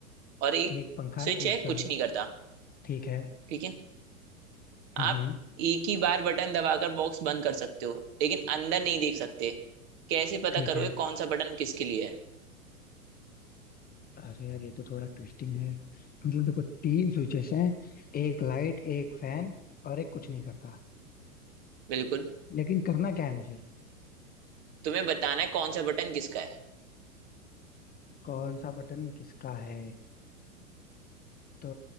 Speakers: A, on the right (about 45°); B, on the left (about 20°).
A: और एक
B: एक पंखा
A: स्विच
B: एक
A: है
B: चाल
A: कुछ नहीं करता
B: ठीक है
A: ठीक है आप
B: हम्म हम्म,
A: एक ही बार बटन दबाकर बॉक्स बंद कर सकते हो लेकिन अंदर नहीं देख सकते कैसे पता
B: ठीक
A: करोगे
B: है
A: कौन सा बटन किसके लिए है
B: अरे यार ये तो थोड़ा ट्विस्टिंग है मतलब देखो तीन स्विचेस हैं एक लाइट एक फैन और एक कुछ नहीं करता
A: बिल्कुल
B: लेकिन करना क्या है मुझे
A: तुम्हें बताना है कौन सा बटन किसका है
B: कौन सा बटन किसका है तो